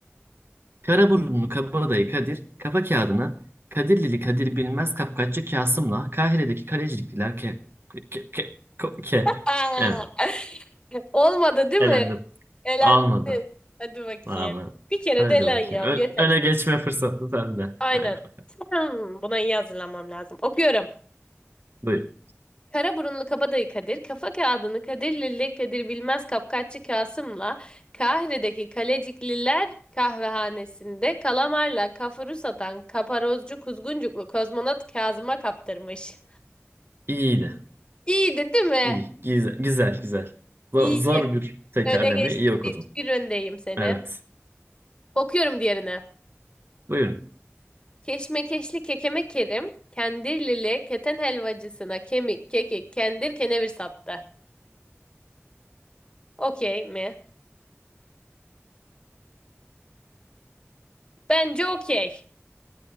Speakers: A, on the right; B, on the left.
A: Karaburunlu Kabadayı Kadir, kafa kağıdını Kadirlili Kadir bilmez Kapkaççı Kasım'la Kahire'deki Kalecikliler ke... ke... ke... ke... ko- ke-
B: Aa!
A: Evet.
B: <laughs> Olmadı değil
A: Elendim.
B: mi? Elendiniz.
A: Almadı.
B: Hadi bakayım.
A: Vallahi.
B: Bir kere
A: Hadi
B: de elen
A: bakayım.
B: ya.
A: Ö-
B: Yeter.
A: öne geçme fırsatı sende.
B: Aynen.
A: Haydi bakalım.
B: <clears throat> Hmm, Buna iyi hazırlanmam lazım. Okuyorum.
A: Buyurun.
B: Kara burunlu kabadayı Kadir, kafa kağıdını Kadir Lilli Kadir Bilmez Kapkaççı Kasım'la Kahire'deki Kalecikliler kahvehanesinde kalamarla kafuru satan kaparozcu kuzguncuklu kozmonot Kazım'a kaptırmış.
A: İyiydi.
B: İyiydi değil mi?
A: İyi. Güzel. Güzel. Güzel. Zor,
B: İyi.
A: zor
B: iyi.
A: bir tekerleme.
B: Öne geçtim.
A: İyi okudum.
B: Bir, bir öndeyim seni.
A: Evet.
B: Okuyorum diğerine.
A: Buyurun.
B: Keşmekeşli kekeme Kerim, kendirlili keten helvacısına kemik, kekik, kendir, kenevir sattı. Okey mi? Bence okey.